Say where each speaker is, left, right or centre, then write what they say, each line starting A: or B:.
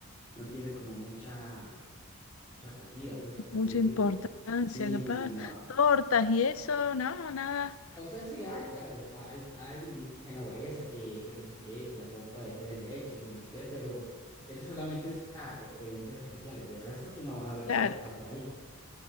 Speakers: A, on the left (about 15°); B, on the left (about 65°).
A: no tiene como mucha, mucha acogida, pues, por
B: mucha
A: así decírtelo.
B: importancia,
A: Sí,
B: capaz.
A: sí, nada,
B: Tortas y eso, no, nada.
A: o sea, sí hay, claro, está, hay, hay genovesa que, que no sé qué, que la torta de tres leches y no sé qué, pero eso solamente es para e- eventos especiales. De resto, tú no vas a ver
B: Claro,
A: torta por ahí.